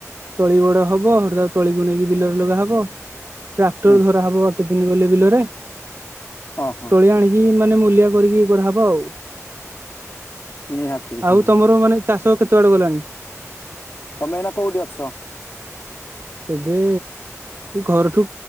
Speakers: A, on the right; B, on the left.
A: ତଳି ବଡ ହବ, ହେଠୁ ତାକୁ ତଳିକୁ ନେଇକି ବିଲରେ ଲଗା ହବ। ଟ୍ରାକ୍ଟର
B: ହୁଁ
A: ଧରାହବ କେ ଦିନ ଗଲେ ବିଲରେ।
B: ହଁ ହଁ।
A: ସେ ଆଣିକି ମାନେ ମୂଲିଆ କରିକି କରାହବ ଆଉ,
B: ନିହାତି ହୁଁ
A: ଆଉ ତମର ମାନେ ଚାଷ କେତେ ବାଟ ଗଲାଣି?
B: ତମେ ଏଇନା କଉଠି ଅଛ?
A: ଏବେ ଘରଠୁ